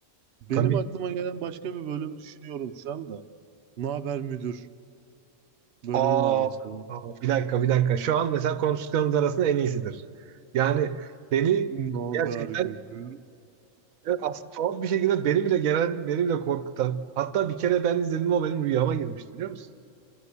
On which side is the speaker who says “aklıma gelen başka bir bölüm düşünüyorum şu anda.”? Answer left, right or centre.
Right